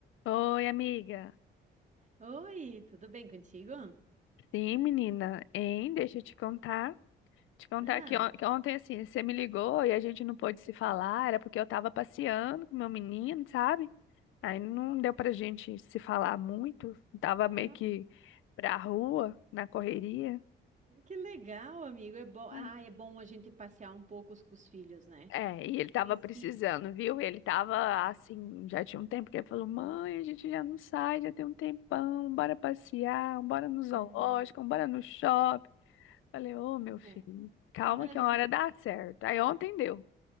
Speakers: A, on the left; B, on the right.
A: Oi, amiga.
B: Oi, tudo bem contigo?
A: Sim, menina. Hein? Deixa eu te contar. Te contar
B: Ah,
A: que, on- que ontem, assim, você me ligou e a gente não pôde se falar. Era porque eu tava passeando com meu menino, sabe? Aí não deu pra gente se falar muito. Tava
B: ah,
A: meio que pra rua, na correria.
B: que legal, amigo. É bom, ah,
A: Ai,
B: é bom a gente passear um pouco os- com os filhos, né?
A: É, e ele tava
B: Precisa.
A: precisando, viu? Ele tava assim, já tinha um tempo que ele falou: Mãe, a gente já não sai, já tem um tempão, bora passear, bora no zoológico,
B: É.
A: bora no shopping. Falei, ô, meu filho,
B: É.
A: calma
B: <laughs>
A: que uma hora dá certo. Aí ontem deu.